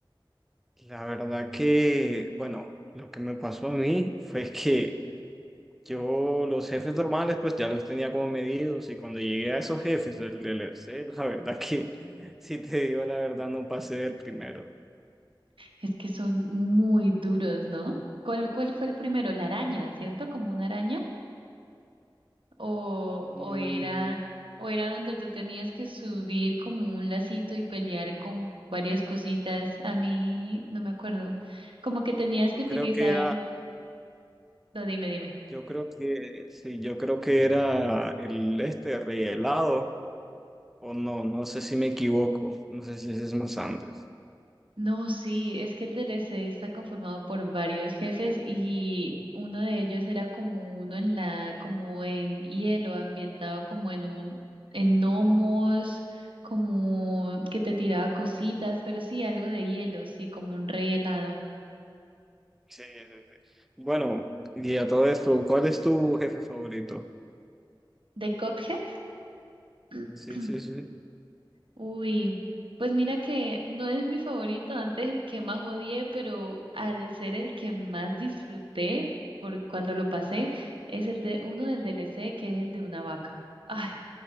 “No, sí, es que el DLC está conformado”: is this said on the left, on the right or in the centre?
Right